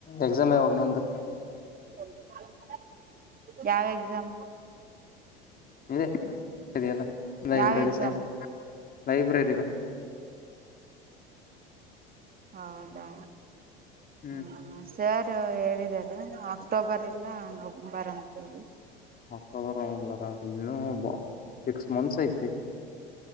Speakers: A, on the left (about 30°); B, on the right (about 30°).
A: ಎಕ್ಸಾಮ್ ಯಾವಾಗ ನಿಂದು
B: ಸರಿ <inaudible> ಯಾವ ಎಕ್ಸಾಮ್
A: ಇ ಸರಿಯಲ್ಲ ಲೈಬ್ರರಿ
B: ಯಾವ ಎಕ್ಸಾಮ್
A: ಸೈನ್ಸ್ ಲೈಬ್ರರಿದು
B: ಹೌದಾ
A: ಹ್ಮ್
B: ಹ್ಮ ಸರ್ ಹೇಳಿದ್ದಾರೆ ಅಕ್ಟೋಬರ್ ಎಲ್ಲ ಬರ ಅಂಥವರು
A: ಆಕ್ರ ಬರ ಇನ್ನು ಸಿಕ್ಸ್ ಮಂತ್ಸ್ ಐತೆ